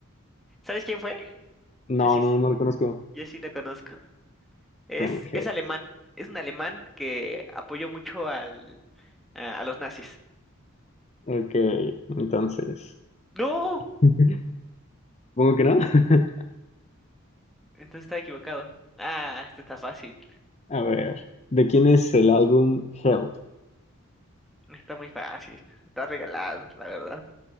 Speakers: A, in the centre; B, on the left (about 30°).
A: ¿Sabes quién fue?
B: No,
A: Yo sí,
B: no, no lo conozco.
A: yo sí lo conozco. Es,
B: Frangel.
A: es alemán, es un alemán que apoyó mucho al, a, a los nazis.
B: Ok, entonces.
A: ¡No!
B: <laughs> Supongo que no. <laughs>
A: Entonces estaba equivocado. Ah, este está fácil,
B: A ver, ¿de quién es el álbum Help?
A: está muy fácil, está regalado, la verdad.